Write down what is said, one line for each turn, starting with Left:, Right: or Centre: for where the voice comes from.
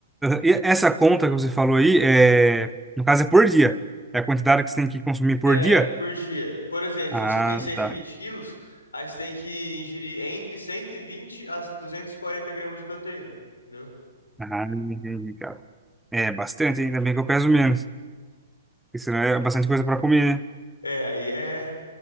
Centre: e essa conta que você falou aí é, no caso é por dia. É a quantidade que você tem que consumir por
Left: É,
Centre: dia?
Left: por dia. Por exemplo,
Centre: Ah,
Left: se você tem cento
Centre: tá.
Left: e vinte quilos, aí você tem que ingerir entre 120 a 240 gramas de proteína, entendeu?
Centre: Ah, entendi, cara. É bastante, ainda bem que eu peso menos. Porque senão é bastante coisa para comer, né?
Left: É, aí é,